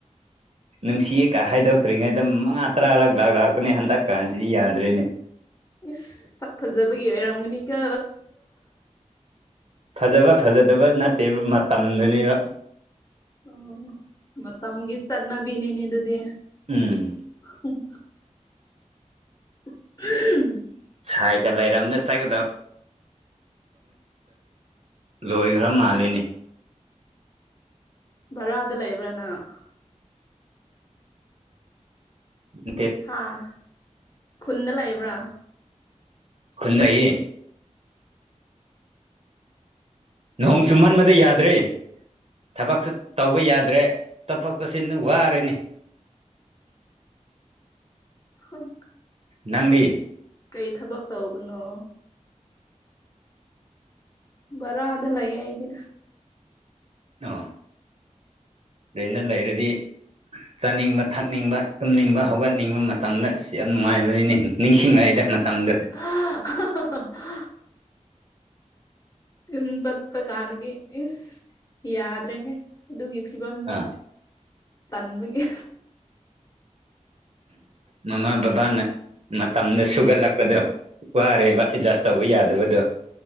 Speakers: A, on the right; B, on the left.
A: ꯅꯨꯡꯁꯤꯌꯦ ꯍꯥꯏꯗꯣꯛꯇ꯭ꯔꯤꯉꯩꯗ ꯃꯉꯥ ꯇꯔꯥ ꯂꯛ ꯂꯥꯛ ꯂꯥꯛꯄꯅꯦ ꯍꯟꯗꯛ ꯀꯥꯟꯁꯤꯗꯤ ꯌꯥꯗ꯭ꯔꯦꯅꯦ
B: ꯏꯁ ꯁꯛ ꯐꯖꯕꯒꯤ ꯑꯣꯏꯔꯝꯒꯅꯤꯀꯣ
A: ꯐꯖꯕ ꯐꯖꯗꯕ ꯅꯠꯇꯦꯕ ꯃꯇꯝꯗꯨꯅꯦꯕ
B: ꯑꯣ ꯃꯇꯝꯒꯤ ꯆꯠꯅꯕꯤꯟꯤꯅꯦ ꯑꯗꯨꯗꯤ
A: ꯎꯝ
B: ꯍꯨꯝ <inaudible>
A: ꯁꯥꯏꯒ ꯂꯩꯔꯝꯅ ꯆꯠꯒꯗꯕ ꯂꯣꯏꯈ꯭ꯔ
B: ꯎꯝ
A: ꯃꯥꯜꯂꯦꯅꯦ
B: ꯕꯥꯔꯥꯗ ꯂꯩꯕ꯭ꯔꯥ ꯅꯪ
A: <inaudible>
B: ꯍꯥꯥ ꯈꯨꯟꯗ ꯂꯩꯕ꯭ꯔꯥ
A: ꯈꯨꯟ ꯂꯩꯌꯦ ꯅꯣꯡ ꯆꯨꯝꯃꯟꯕꯗ
B: ꯑꯣ
A: ꯌꯥꯗ꯭ꯔꯦ ꯊꯕꯛꯁꯨ ꯇꯧꯕ ꯌꯥꯗ꯭ꯔꯦ ꯆꯠꯊꯣꯛ ꯆꯠꯁꯤꯟꯗꯨ ꯋꯥꯔꯦꯅꯦ
B: ꯍꯨꯟ
A: ꯅꯪꯗꯤ
B: ꯀꯩ ꯊꯕꯛ ꯇꯧꯕꯅꯣ ꯕꯥꯔꯥ ꯂꯩꯌꯦ ꯑꯩꯗꯤ
A: ꯑꯥ ꯔꯦꯅꯗ ꯂꯩꯔꯗꯤ ꯆꯥꯅꯤꯡꯕ ꯊꯛꯅꯤꯡꯕ ꯇꯨꯝꯅꯤꯡꯕ ꯍꯧꯒꯠꯅꯤꯡꯕ ꯃꯇꯝꯗ ꯑꯁ ꯌꯥꯝ ꯅꯨꯡꯉꯥꯏꯕꯅꯤꯅꯦ ꯅꯤꯡꯁꯤꯡꯉꯛꯏꯗ ꯇꯝꯗꯣ
B: ꯍ ꯍꯥ ꯍꯥ ꯌꯨꯝ ꯆꯠꯄ ꯀꯥꯟꯗꯒꯤ ꯏꯁ ꯌꯥꯗ꯭ꯔꯦ ꯍꯦ ꯑꯗꯨꯒꯤ ꯐꯤꯕꯝꯗꯣ
A: ꯑ
B: ꯇꯟꯕꯒꯤ
A: ꯃꯃꯥ ꯕꯕꯥꯅ ꯃꯇꯝꯗ ꯁꯨꯒꯠꯂꯛꯄꯗꯣ ꯋꯥꯔꯦꯕ ꯑꯦꯗꯖꯥꯁ ꯇꯧꯕ ꯌꯥꯗꯕꯗꯣ